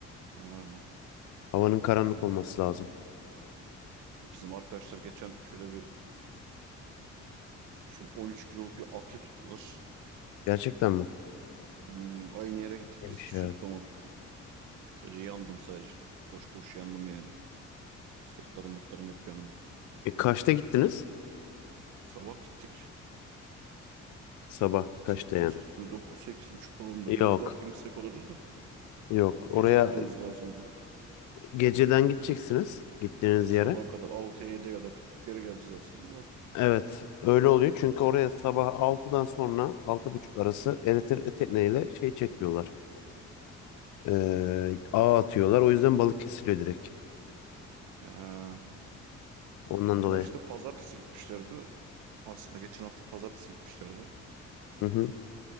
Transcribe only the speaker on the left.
Havanın karanlık
olması lazım.
Gerçekten mi?
Yemiş
ya.
E kaçta gittiniz?
Sabah kaçta
yani?
Yok.
Yok.
Oraya
geceden gideceksiniz. Gittiğiniz
yere.
Evet. Öyle oluyor. Çünkü oraya sabah altıdan sonra altı buçuk arası elektrik tekneyle şey çekiyorlar. Ee, ağ atıyorlar. O yüzden balık kesiliyor direkt.
Ondan
dolayı.
Hı hı.